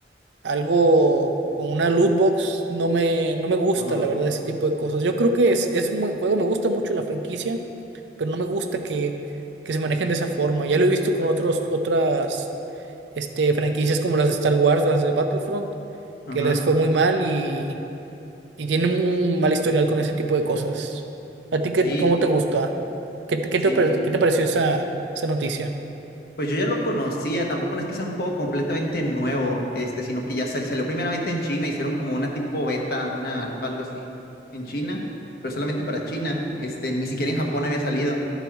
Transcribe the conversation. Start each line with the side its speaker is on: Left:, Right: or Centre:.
Right: algo con una loot box, no me, no me gusta,
Left: ajá,
Right: la verdad, ese tipo de cosas. Yo creo que es, es un buen juego, me gusta mucho la franquicia, pero no me gusta que, que se manejen de esa forma. Ya lo he visto con otros, otras este, franquicias como las de Star Wars, las de Battlefront,
Left: ajá.
Right: que les fue muy mal y, y tienen un mal historial con ese tipo de cosas. ¿A ti qué,
Left: Sí,
Right: cómo te gusta? ¿Qué, te- qué
Left: sí.
Right: te, pare- qué te pareció esa, esa noticia?
Left: Pues yo ya lo conocía, tampoco no es que sea un juego completamente nuevo, este, sino que ya sali- salió primeramente en China, hicieron como una tipo beta, una alfa, algo así, en China, pero solamente para China, este, ni siquiera en Japón había salido,